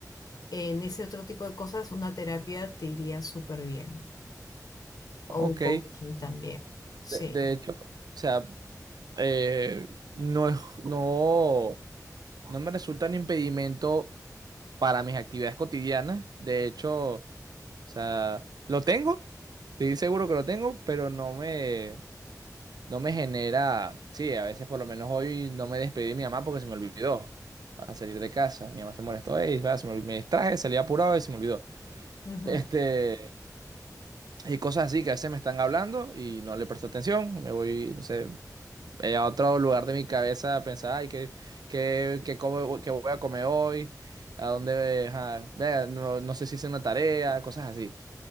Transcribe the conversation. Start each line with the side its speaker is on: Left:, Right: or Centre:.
Left: en ese otro tipo de cosas, una terapia te iría súper bien. O
Right: ok.
Left: un coaching
Right: De,
Left: también. Sí.
Right: de hecho, o sea, eh, no es, no, no me resulta un impedimento para mis actividades cotidianas. De hecho, o sea, lo tengo, estoy seguro que lo tengo, pero no me, no me genera, sí, a veces por lo menos hoy no me despedí de mi mamá porque se me olvidó para salir de casa. Mi mamá se molestó, "Ey, va, se me, olvi- me distraje, salí apurado y se me olvidó.
Left: Ujú,
Right: Este, y cosas así que a veces me están hablando y no le presto atención, me voy, no sé, eh, a otro lugar de mi cabeza a pensar, ay, ¿qué, qué, qué, como- qué voy a comer hoy? ¿A dónde? ajá, vea, no, no sé si hice una tarea, cosas así.